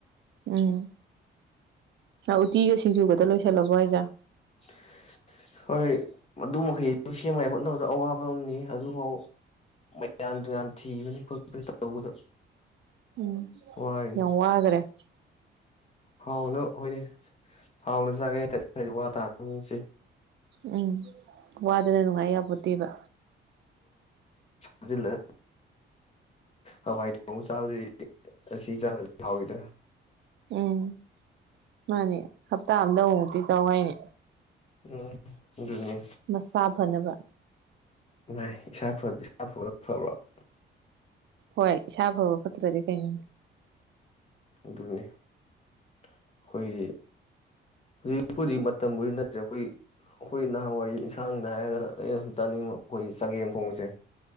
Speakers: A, on the right; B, on the left.
A: ꯎꯝ ꯎꯇꯤꯒ ꯁꯤꯡꯖꯨꯒꯗ ꯂꯣꯏꯁꯤꯜꯂꯕꯣ ꯍꯥꯏꯖꯥ
B: <inaudible> ꯍꯣꯏ ꯑꯗꯨ ꯃꯈꯩꯗꯨ ꯁꯦꯝꯕ ꯌꯥ ꯍꯣꯠꯅꯕꯗ ꯑꯋꯥꯕ ꯑꯃꯅꯤ ꯑꯗꯨꯐꯥꯎ ꯃꯌꯥꯝꯟ ꯌꯥꯟ ꯊꯤꯕꯅꯤ ꯈꯣꯠꯄ ꯇꯧꯕꯗ
A: ꯎꯝ
B: ꯋꯥꯔꯤꯅꯤ
A: ꯌꯎꯋꯥꯒ꯭ꯔꯦ <inaudible>
B: ꯍꯥꯎꯅ ꯍꯣꯏꯅꯦ ꯍꯥꯎꯅ ꯆꯥꯒꯦ ꯍꯦꯗꯛ ꯈꯔꯗꯤ ꯋꯥ ꯇꯥꯕꯅꯤꯁꯦ
A: ꯎꯝ ꯋꯥꯗꯅ ꯅꯨꯡꯉꯥꯏ ꯌꯥꯕꯗꯦꯕ
B: ꯎꯝꯖꯤꯜꯂ ꯍꯋꯥꯏ ꯊꯣꯡ ꯆꯥꯕꯗ ꯑꯁꯤ ꯆꯥꯕꯗꯤ ꯍꯥꯎꯋꯤꯗ
A: ꯎꯝ ꯃꯥꯅꯦ ꯍꯞꯇꯥ ꯑꯝꯗ ꯍꯨ ꯄꯤ ꯇꯋꯥꯏꯅꯤ
B: ꯎꯝ ꯑꯗꯨꯅꯤ
A: ꯃꯁꯥ ꯐꯅꯕ
B: ꯐ ꯏꯁꯥ ꯄꯨꯔ ꯊꯣꯛꯂꯣ <inaudible>
A: ꯍꯣꯏ ꯏꯁꯥ ꯐꯕ ꯐꯠꯇ꯭ꯔꯗꯤ ꯀꯩꯅꯣꯅꯤ
B: ꯑꯗꯨꯅꯤ ꯑꯩꯈꯣꯏꯒꯤ ꯍꯧꯖꯤꯛꯄꯨꯗꯤꯛ ꯃꯇꯝꯕꯨꯗꯤ ꯅꯠꯇ꯭ꯔꯦ ꯑꯩꯈꯣꯏ ꯑꯩꯈꯣꯏ ꯅꯍꯥꯟꯋꯥꯏ ꯌꯦꯟꯁꯥꯡꯗ ꯍꯥꯏꯔꯒꯅ ꯑꯩꯅ ꯁꯨꯝ ꯆꯥꯅꯤꯡꯕ ꯑꯩꯈꯣꯏ ꯆꯒꯦꯝ ꯊꯣꯡꯕꯁꯦ